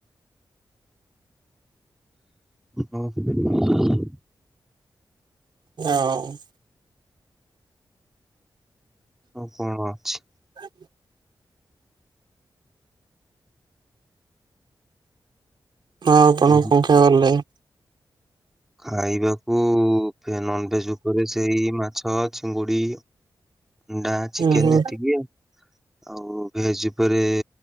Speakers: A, in the centre; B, on the right.
A: ଓ ହୋ <inaudible>
B: <inaudible>
A: ଓ କଣ ଅଛି
B: <unintelligible> ହଁ ଆପଣଙ୍କ
A: ଆଉ
B: କଣ ଖାଇବା କୁ ଭଲ ଲାଗେ?
A: ଖାଇବାକୁ ନନଭେଜ ଉପରେ ସେଇ ମାଛ ଚିଙ୍ଗୁଡି ଅଣ୍ଡା ଚିକେନ
B: ହୁଁ ହୁଁ
A: ଏତିକି ଆଉ। ଆଉ ଭେଜ ଉପରେ